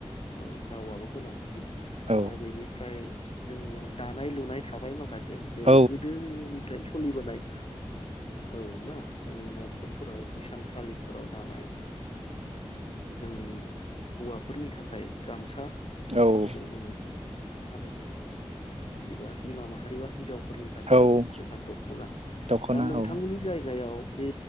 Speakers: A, on the left (about 60°); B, on the right (about 75°).
A: औ रावाबबो गोनांथि। आरो
B: औ
A: बेनिफ्राय जोंनियाव दानाय लुनाय थाबाय माखासे जेरै
B: औ
A: गोदोनिफ्राय फुलि बोनाय औ ना जोंनि न'खरफोराव इसानसालिफोराव दानाय जोंनि हौवाफोरनि थाखाय गामसा‌। जायखौ
B: औ
A: जों बुङो आरो जेनेबा बिमा माहारिबा हिनजाव फोरनि थाखाय
B: औ
A: जोंहा दख'ना
B: दख'ना
A: दा नोंथांमोननि
B: औ
A: जायगायाव बे